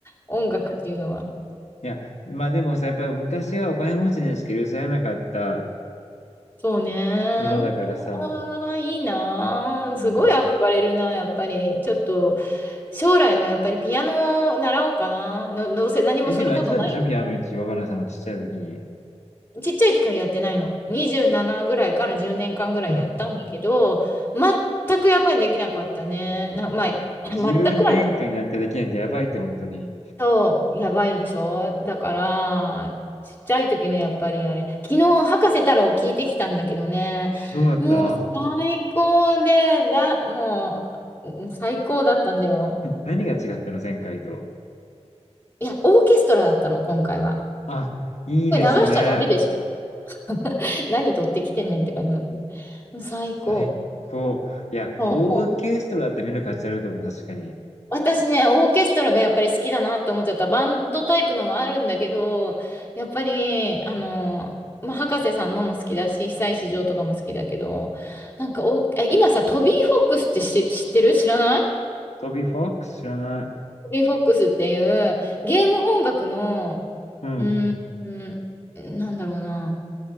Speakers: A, on the left; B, on the left.
A: 音楽っていうのは。
B: いや、まあでもさ、やっぱり昔はお金持ちにしか許されなかった
A: そうね。
B: ものだからさ。
A: ああ、いいなあ。
B: うん。
A: すごい憧れるな、やっぱり。ちょっと、将来はやっぱりピアノを習おうかな。の、どうせ何もすることない。
B: え、でもやってたんでしょピアノ一応、若菜さんのちっちゃい時に。
A: ちっちゃい時はやってないの。27ぐらいから10年間ぐらいやったんだけど、
B: <laughs>
A: 全くやっぱりできなかったね。な、まあ、全くは
B: 10年間やってできないってやばいって本当に。
A: そう、やばいでしょだから、ちっちゃい時ね、やっぱりあれ、昨日、博士太郎聞いてきたんだけどね、
B: どうだった
A: もう最高で、だ、もう、うん最高だったんだよ。
B: 何が違ったの前回と。
A: いや、オーケストラだったの、今回は。
B: あ、いいですね。
A: これ流しちゃダメでしょ。<laughs> 何撮ってきてんねんって感じなんだけど。もう最高。
B: 最高。いや、
A: そう
B: オーケストラだったら見る価値あると思う、確かに。
A: 私ね、オーケストラがやっぱり好きだなって思っちゃった。バンドタイプのもあるんだけど、やっぱり、あの、まあ、博士さんのも好きだし、久石譲とかも好きだけど、なんかお、え今さ、トビー・フォックスって知、知ってる知らない
B: トビー・フォックス知らない。
A: トビー・フォックスっていうゲーム音楽の、
B: うん、
A: うーん、うん、なんだろうな。